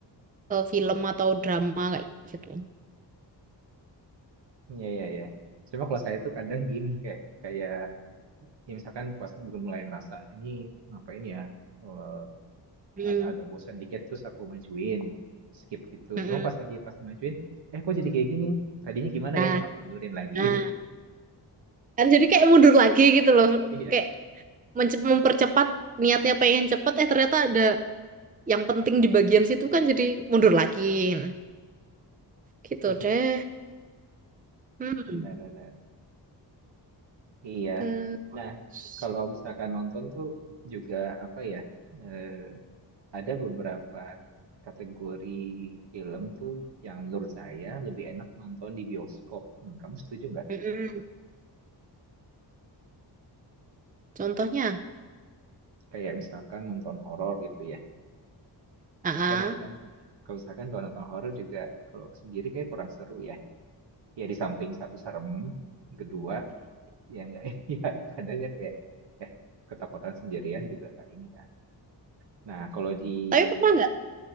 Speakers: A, on the right (about 20°); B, on the right (about 75°).
A: film atau drama kayak gitu
B: Iya iya iya. Cuma kalau saya tuh kadang gini kayak kayak ya misalkan pas belum mulai ngerasa ini ngapain ya eh,
A: Hmm,
B: ag- agak bosan dikit terus aku majuin skip gitu.
A: mm-mm.
B: Cuma pas lagi pas majuin eh kok jadi kayak gini? Tadinya gimana
A: nah
B: ya? Aku mundurin lagi.
A: nah
B: <laughs>
A: kan jadi kayak mundur lagi gitu loh
B: Iya.
A: kayak mence- mempercepat niatnya pengen cepet eh ternyata ada yang penting di bagian situ kan jadi mundur lagi Nah, gitu
B: Iya,
A: deh Hmm.
B: benar benar. Iya.
A: Terus,
B: Nah, kalau misalkan nonton tuh juga apa ya? eh, ada beberapa kategori film tuh yang menurut saya lebih enak nonton di bioskop. Hmm, kamu setuju nggak?
A: mm-mm. Contohnya,
B: Kayak misalkan nonton horor gitu ya.
A: ah,
B: Kan kadang kalau misalkan kalau nonton horor juga kalau sendiri kayak kurang seru ya. Ya di samping satu serem, kedua ya nggak <laughs> ya kadang kan kayak eh ketakutan sendirian juga nggak ini kan. Nah, kalau di
A: Tapi pernah
B: bios-
A: nggak